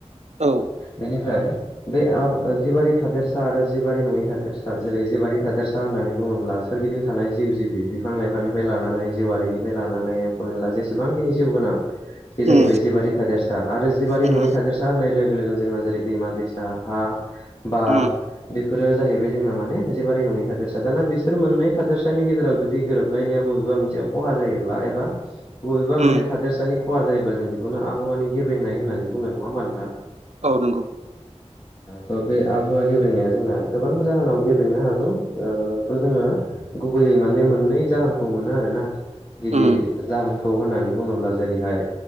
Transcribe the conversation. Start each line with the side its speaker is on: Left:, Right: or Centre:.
Right: औ
Left: बेनिफ्राय बे जिबारि थादेरसा आरो जिबारि नङिनि थादेरसा जेरै जिबारि थादेरसा होननानै बुङोब्ला सोरगिदिं थानाय जिउ जिबि बिफां लाइफांनिफ्राय लानानै जिउआरिनिफ्राय लानानै एम्फौ एनला जेसेबांखिनि जिउ गोनां बे जाहैबाय
Right: उम
Left: जिबारि थादेरसा आरो जिबारि
Right: उम
Left: नङैि थादेरसा होननाय लोगो लोगोन जोंना जेरै दैमा दैसा हा बार
Right: उम
Left: बेफोरो जाहैबाय जोंना माने जेबारि नङि थादोरसा दाना बिसोर मोननै थादोरसानि गेजेराव जुदि गोरोबनाया मोनसे खहा जायो एबा बबा मोनसे
Right: उम
Left: थादेरसा खहा जायोब्ला जों बेखौनो आबहावानि गेबेंनाय होननानै बुङो नङा होमा नोंथां
Right: औ नंगौ
Left: त बे आबहावा गेब्रेनाया जोंना गोबां जाहोनाव गेब्रेनो हागौ थ' जोङो गुबैयै माने मोननै जाहोनखौ मोनो आरो ना गिबि
Right: उम
Left: जाहोनखौ खौ होननानै बुङोब्ला जेरैहाय